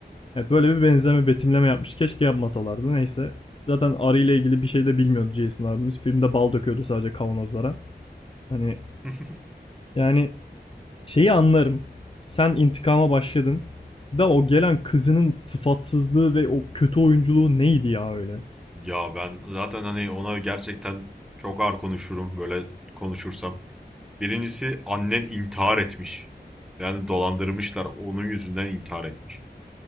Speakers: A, on the left (about 30°); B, in the centre.
A: Evet böyle bir benzeme betimleme yapmış. Keşke yapmasalardı. Neyse. Zaten arı ile ilgili bir şey de bilmiyordu Jason abimiz. Filmde bal döküyordu sadece kavanozlara. Hani
B: <laughs>
A: yani Şeyi anlarım. Sen intikama başladın. Da o gelen kızının sıfatsızlığı ve o kötü oyunculuğu neydi ya öyle?
B: ya ben zaten hani ona gerçekten çok ağır konuşurum böyle konuşursam. Birincisi annen intihar etmiş. Yani dolandırmışlar. Onun yüzünden intihar etmiş.